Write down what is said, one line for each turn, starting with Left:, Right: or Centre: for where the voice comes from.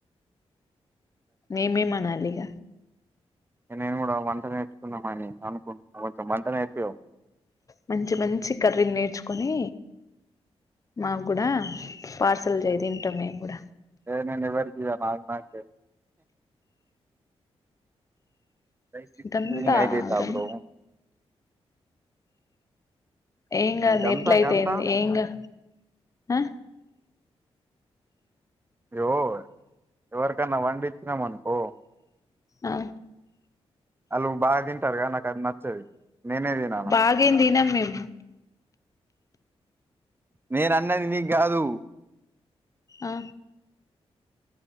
Left: మేమే అనాలి ఇహ
Right: నేను కూడా వంట నేర్చుకుంన్నామని అనుకుంటున్నా కొంచెం వంట నేర్పి
Left: మంచి మంచి కర్రీలు నేర్చుకుని మాకు గుడా పార్సల్ చేయ తింటాం మేము గూడ
Right: నేనెవరికీ చేయ నాకు నాకే <unintelligible>
Left: ఇదంతా
Right: నైదేత
Left: గం
Right: బ్రో
Left: ఏం గాదులె
Right: గంతా
Left: ఎట్ల అయితేఏంది
Right: గంతా
Left: ఏంగా ఆ
Right: అయో ఎవరికైన్నా వండిచ్చినామనుకో
Left: ఆ
Right: అలు బాగా తింటారు గా నాకు అది నచ్చది నేనే దినాల
Left: బాగేం తినం మేము
Right: నేను అన్నది నీకు కాదు
Left: ఆ